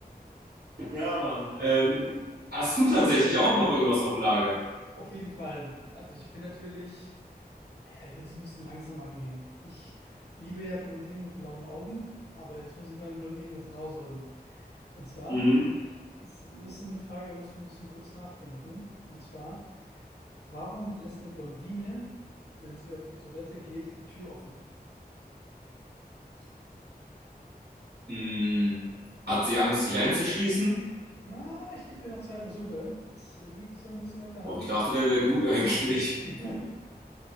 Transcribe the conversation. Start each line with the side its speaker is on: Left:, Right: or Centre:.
Right: Ja, Mann. Ähm, hast du tatsächlich auch noch irgendwas auf Lager?
Left: Auf jeden Fall. Also ich bin natürlich. Naja, ich will es ein bisschen langsam angehen. Ich liebe ja Blondinen mit blauen Augen, aber jetzt muss ich mal einen Blondinen mit rausholen. Und zwar,
Right: Mhm.
Left: es ist eine Frage, da musst du ein bisschen kurz nachdenken. Und zwar, warum lässt eine Blondine, wenn sie auf die Toilette geht, die Tür offen?
Right: Hm, hat sie Angst, sich einzuschließen?
Left: Na, ich gebe dir noch zwei Versuche. Es liegt so ein bisschen auf der Hand.
Right: Boah, ich dachte, der wäre gut eigentlich.
Left: <laughs>